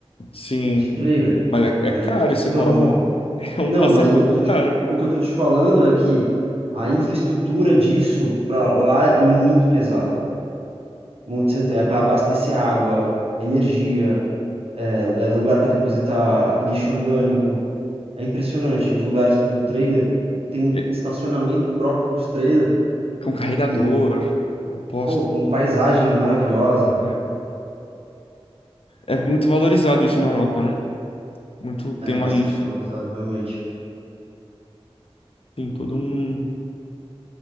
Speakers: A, on the left; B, on the right.
A: sim.
B: de trailer,
A: Mas é, é
B: né,
A: caro
B: de
A: esse
B: motorhome.
A: hobby. hein? <laughs> É um
B: Não,
A: passatempo
B: mas o que eu tô te,
A: caro.
B: o que eu tô te falando é que a infraestrutura disso para lá é muito pesada. Muito, centra- é para abastecer água, energia, é, é lugar para depositar lixo orgânico. É impressionante. Os lugares que o trailer tem
A: É,
B: estacionamento próprio para os trailers,
A: Com carregador,
B: em,
A: oposto.
B: pô, com paisagem maravilhosa.
A: É, é muito valorizado isso na Europa, né? Muito tem
B: É
A: uma
B: bastante
A: infra.
B: valorizado, realmente.
A: Tem todo um